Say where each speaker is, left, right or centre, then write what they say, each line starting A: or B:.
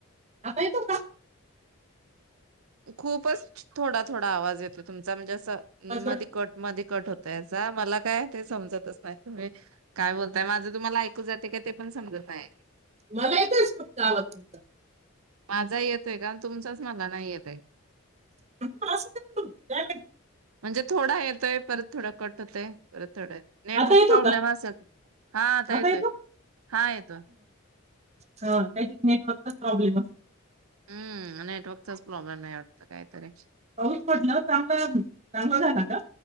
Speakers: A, on the right; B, on the right.
A: आता येतो का
B: खूपच थोडा थोडा आवाज येतो तुमचा म्हणजे अस च
A: आवाज
B: मधि
A: मॅडम?
B: कट मधी कट होतय याचा मला काय ते समजतच नाही तुम्ही काय बोलताय माझं तुम्हाला ऐकू जातय का ते पण समजत नाही.
A: मला येतोयच फक्त आवाज तुमचा
B: माझा येतोय का? न तुमचाच मला नाही येत. तय
A: <unintelligible>
B: म्हणजे थोडा येतोय परत थोडा कट होतंय थोड नेटवर्क
A: आता येतो
B: प्रॉब्लेम
A: का
B: असल हा येतोय,
A: आता येतो
B: हा येतोय.
A: हा काहीतरी नेटवर्कचा प्रॉब्लेम असतो
B: हम्म नेटवर्कचाच प्रॉब्लेम आहे वाटत काहीतरी.
A: पाऊस पडणं चांगला चांगला झाला का?